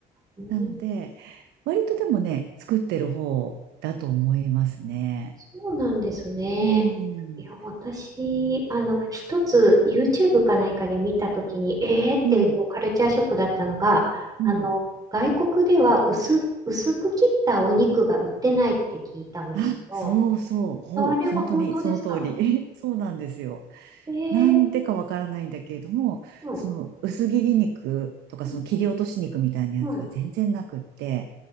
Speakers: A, on the right; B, on the right.
A: うん、
B: なので、割とでもね、作ってる方だと思いますね。
A: そうなんですね。
B: うん。
A: いや、私、あの、一つ YouTube か何かで見たときに、えーってこうカルチャーショックだったのが、
B: うん。うん。
A: あの、外国では薄い、薄く切ったお肉が売ってないって聞いたんですよ。
B: あ、そうそう。ほう。
A: あれは本当ですか
B: 本当にその通り。<laughs> そうなんですよ。
A: ええー
B: なんでかわからないんだけれども、
A: はい。
B: その薄切り肉とかその切り落とし肉みたいなやつが全然なくって、
A: うんうんは